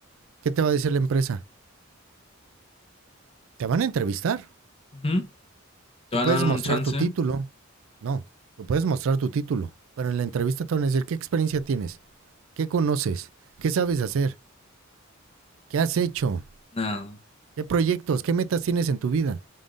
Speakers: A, on the right; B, on the left.
A: ¿Qué te va a decir la empresa? Te van a entrevistar.
B: Ujú. ¿Te
A: Tú
B: van
A: puedes
B: a dar un
A: mostrar
B: chance?
A: tu título. No, tú puedes mostrar tu título. Pero en la entrevista te van a decir qué experiencia tienes, qué conoces, qué sabes hacer. ¿Qué has hecho?
B: Nada,
A: ¿Qué proyectos? ¿Qué metas tienes en tu vida?